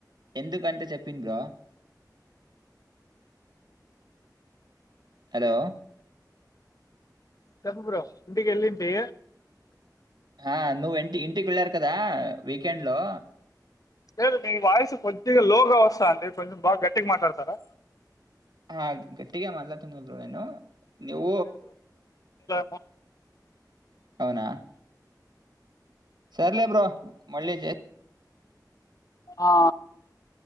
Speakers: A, on the right; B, on the left.
A: ఎందుకంటే చెప్పండ్రో హలో
B: చెప్ప బ్రో ఇంటికి వెళ్ళింటి
A: ఆ నువ్ ఇంటి ఇంటికి వెళ్ళారు కదా వీకెండ్ లో
B: లేదు మీ వాయిస్ కొద్దిగా లోగా వస్తాంది కొంచెం బాగా గట్టిగా మాట్లాడతారా
A: ఆ గట్టిగే మట్లాతుంద్రు బ్రో నేను నవ
B: ఆ
A: అవునా సర్లే బ్రో మళ్ళీ చే
B: ఆ